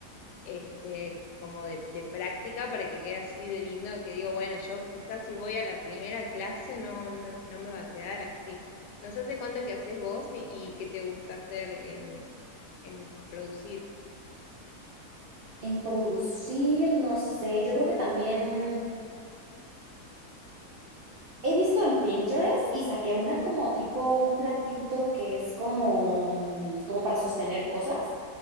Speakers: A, on the left; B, on the right.
A: este, como de, de práctica para que quede así de lindo, que digo, bueno, yo quizás si voy a la primera clase no, no me, no me va a quedar así. No sé hace cuánto que haces vos y, y qué te gusta hacer en, en producir.
B: En producir, no sé, yo creo que también He visto en Pinterest y saqué una como tipo un platito que es como, mm, como para sostener cosas